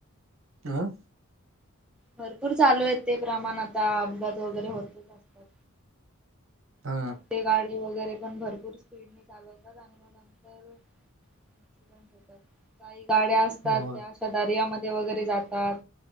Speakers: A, on the right (about 70°); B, in the centre.
A: अं.
B: भरपूर चालू आहेत ते प्रमाण आता, अपघात वगैरे होतच असतात.
A: हा
B: मोठे गाडी वगैरे पण भरपूर स्पीडने चालवतात आणि मग नंतर ॲक्सिडेंट होतात. काही गाड्या असतात,
A: होय
B: त्या आशा दरयामध्ये वगैरे जातात.